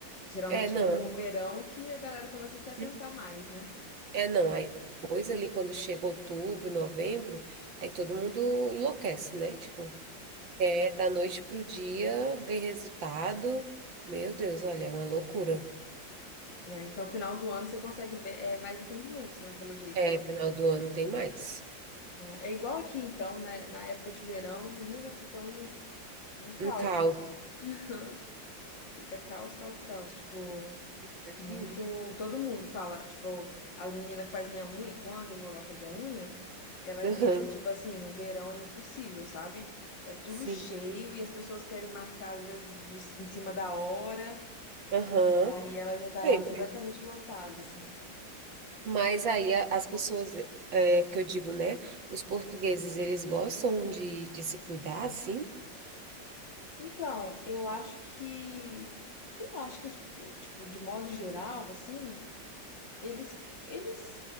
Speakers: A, on the left; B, on the right.
A: Geralmente
B: é não,
A: que no verão que a galera começa a se atentar
B: assim,
A: mais, né?
B: é não. Aí depois ali quando chega outubro, novembro, aí todo mundo enlouquece, né? Tipo, é da noite pro dia ver resultado. Meu Deus, olha, é uma loucura.
A: É, então, final do ano você consegue be- é, mais atendimentos, né? Pelo jeito.
B: É, final do ano tem mais.
A: É, é igual aqui, então, né? Na época de verão, menina, fica um, um caos
B: Um caos,
A: aqui. <laughs> Fica caos, caos, caos. Tipo,
B: imagino.
A: muito. Todo mundo fala, tipo, a menina que faz minha unha, quando eu vou lá fazer a unha. Ela diz
B: Aham,
A: que, tipo assim, no verão é impossível, sabe? É tudo
B: sim.
A: cheio e as pessoas querem marcar, às vezes, de- em cima da hora,
B: Aham.
A: aí ela já tá
B: Bem,
A: completamente lotada, assim.
B: Mas aí a- as pessoas, é, que eu digo, né? Os portugueses, eles gostam de, de se cuidar, assim?
A: Então, eu acho que. Eu acho que, os, o- tipo, de modo geral, assim, eles, eles,